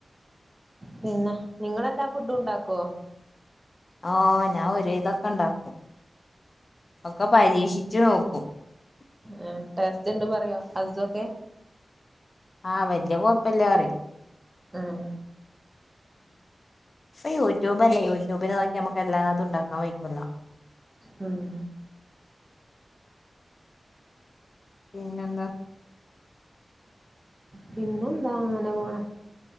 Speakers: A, on the right; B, on the left.
A: പിന്നെ നിങ്ങെല്ലാ ഫുഡും ഉണ്ടാക്കുവോ
B: ആഹ ഞാൻ ഒ ഇതൊക്കെ ഉണ്ടാക്കും ഒക്കെ പരീക്ഷിച്ചു നോക്കും <unintelligible>
A: ആ ടെസ്റ്റ് എണ്ട് പറയോ ഹസ് ക്കെ
B: ആഹ് വല്യ കൊഴപ്പല്ലറി
A: ഉം
B: ഉ യൂട്യൂബ അല്ലേ യൂട്യൂബിൽ നോക്കക്ക് എല്ലാതും ഉണ്ടാക്കാൻ വയിക്കുല്ലോ
A: ഉം
B: പിന്നെ എന്താ
A: പിന്നെ എന്താ അങ്ങനെ പോണ